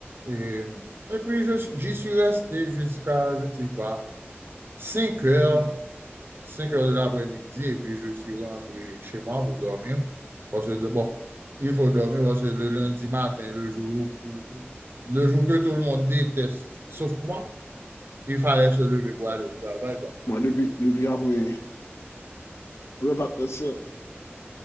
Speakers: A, on the right; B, on the left.
A: Et, et puis, je suis- j'y suis resté jusqu'à, je ne sais pas, 5 heures 5 heures de l'après-midi et puis je suis rentré chez moi pour dormir. Parce que, bon, il faut dormir parce que le lundi matin, le jour, où- où- le jour que tout le monde déteste, sauf moi, il fallait se lever pour aller au travail. donc.
B: Moi, depuis, depuis après, le bâtiment,